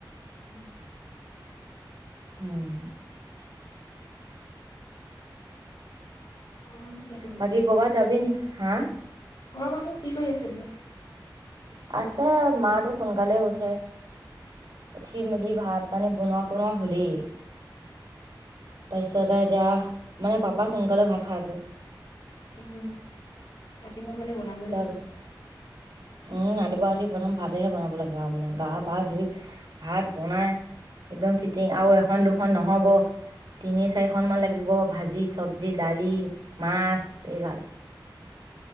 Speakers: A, on the left (about 80°); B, on the right (about 80°).
A: উম
B: উম
A: <inaudible> ঘৰৰ মানুহ কি কৰি আছে
B: বাকী কৰ'বাত যাবি নি? হা?
A: ঘৰৰ মানুহ কি কৰি আছে বোলো
B: আছে মাতটো সোনকালে উঠে উঠি মেলি ভাত পানী বনোৱা কনোৱা হলেই তাৰপিছতে এতিয়া মানে পাপাক সোনকালে ভাত খাই যে
A: উম ৰাতিপুৱা মানে বনাবই
B: তাৰপিছ
A: লাগে
B: উম ৰাতিপুৱা উঠি প্ৰথম ভাতেহে বনাব লাগে আৰু মানে গা পা ধুই ভাত বনাই একদম ফিটিং আৰু এখন দুখন নহব তিনি চাৰিখনমান লাগিব ভাজি চব্জি দালি মাছ এইগাল